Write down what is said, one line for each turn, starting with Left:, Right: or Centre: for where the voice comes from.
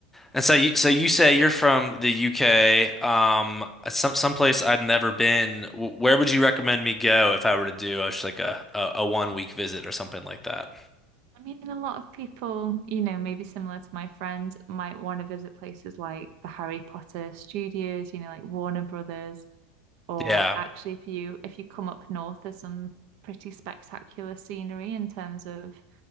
Centre: And so you so you say you're from the UK, um, some someplace I'd never been. W- Where would you recommend me go if I were to do uh, just like a, a a one week visit or something like that?
Right: I mean, a lot of people, you know, maybe similar to my friend, might want to visit places like the Harry Potter studios, you know, like Warner Brothers, or
Centre: Yeah,
Right: actually if you if you come up north, there's some pretty spectacular scenery in terms of